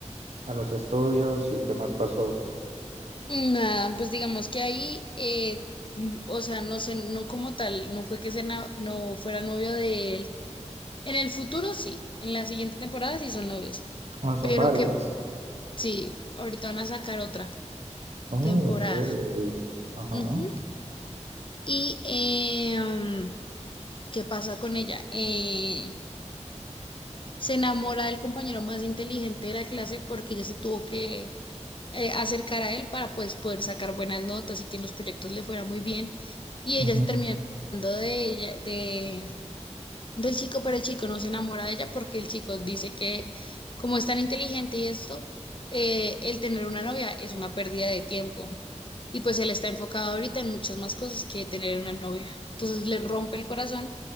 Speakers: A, on the right; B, on the left.
A: a los estudios y qué más pasó.
B: Nada, pues digamos que ahí, eh, mm, o sea, no sé, no como tal, no fue que se na- no fuera novio de él. En el futuro sí, en la siguiente temporada sí son novios,
A: Ah, son
B: pero
A: varias.
B: que sí, ahorita van a sacar otra
A: Oh,
B: temporada.
A: ok. Ajá.
B: Ujú. Y eh, ¿qué pasa con ella? Eh, se enamora del compañero más inteligente de la clase porque ella se tuvo que eh, acercar a él para pues, poder sacar buenas notas y que en los proyectos le fuera muy bien. Y
A: Ujú,
B: ella se termina enamorando de ella, de, del chico, pero el chico no se enamora de ella porque el chico dice que como es tan inteligente y esto, eh, el tener una novia es una pérdida de tiempo. Y pues él está enfocado ahorita en muchas más cosas que tener una novia. Entonces le rompe el corazón